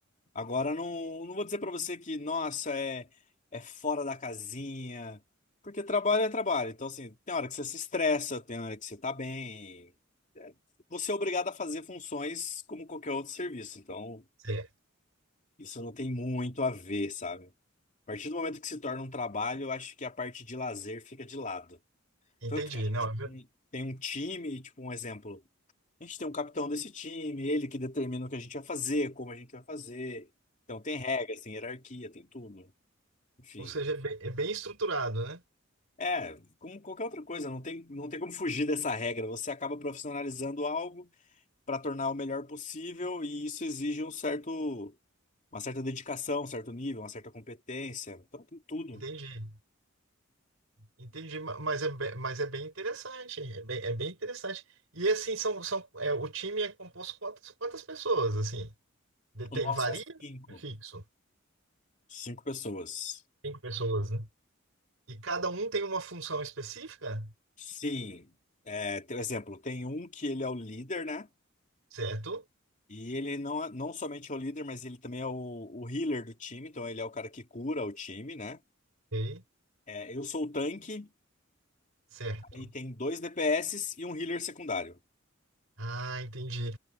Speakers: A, on the left (about 40°); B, on the right (about 80°).
A: agora não, não vou dizer pra você que, nossa, é, é fora da casinha, porque trabalho é trabalho. Então, assim, tem hora que você se estressa, tem hora que você tá bem. É, Você é obrigado a fazer funções como qualquer outro serviço. Então,
B: É,
A: isso não tem muito a ver, sabe? A partir do momento que se torna um trabalho, eu acho que a parte de lazer fica de lado.
B: entendi.
A: Tanto que a gente
B: Não, é verdade.
A: tem, tem um time, tipo um exemplo. A gente tem um capitão desse time, ele que determina o que a gente vai fazer, como a gente vai fazer. Então tem regras, tem hierarquia, tem tudo. Enfim.
B: Ou seja, é bem, é bem estruturado, né?
A: É, como qualquer outra coisa, não tem, não tem como fugir dessa regra. Você acaba profissionalizando algo para tornar o melhor possível e isso exige um certo, uma certa dedicação, um certo nível, uma certa competência. Então tem tudo.
B: Entendi, entendi, ma- mas é, be- mas é bem interessante, é bem, é bem interessante. E assim, são, são, é, o time é composto quantas, quantas pessoas, assim? De-
A: O
B: Tem,
A: nosso
B: varia?
A: é cinco.
B: É fixo,
A: Cinco pessoas.
B: cinco pessoas, né? E cada um tem uma função específica,
A: Sim, é, tem- exemplo, tem um que ele é o líder, né?
B: certo?
A: E ele não, é- não somente é o líder, mas ele também é o, o healer do time, então ele é o cara que cura o time, né?
B: Ok,
A: É, eu sou o tanque,
B: certo.
A: aí tem dois DPS e um healer secundário.
B: Ah, entendi.